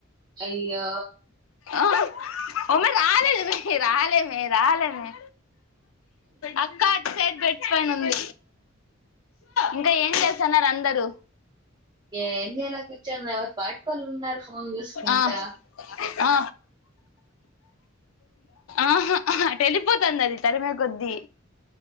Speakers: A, on the right (about 20°); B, on the left (about 75°).
A: అయ్యో
B: ఓ అమ్మాయి రాలేమో రాలేమే రాలేమే అక్క అటు సె పెచ్ పైన ఉంది ఇంకా ఏం చేస్తున్నారు అందరూ
A: ఏం చేయాలా కూర్చోనీ ఉన్నా ఎవరు పాటుకోల్ ఉన్నారు ఫోన్ చూసుకుంటా
B: ఆ ఆ ఆహా అటు ఎల్లిపోతాంది అది తరిమే కొద్దీ